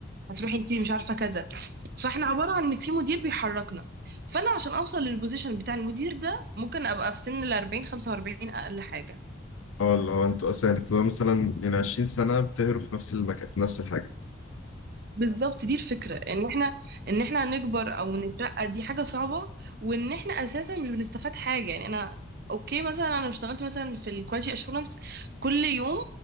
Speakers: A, on the right; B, on the left.
A: هتروحي انت مش عارفه كذا فاحنا عبارة عن ان في مدير بيحركنا فانا عشان اوصل للبوزيشن بتاع المدير ده ممكن ابقى في سن ال 40 45 اقل حاجة
B: اه اللي هو انتوا اصلا يعني بتبقوا مثلا يعني 20 سنة بتهروا في نفس المكان في نفس الحاجة
A: بالظبط دي الفكرة ان احنا ان احنا نكبر او نترقى دي حاجة صعبة وان احنا اساسا مش بنستفاد حاجة يعني انا اوكي مثلا انا لو اشتغلت مثلا في الكواليتي اشورنس كل يوم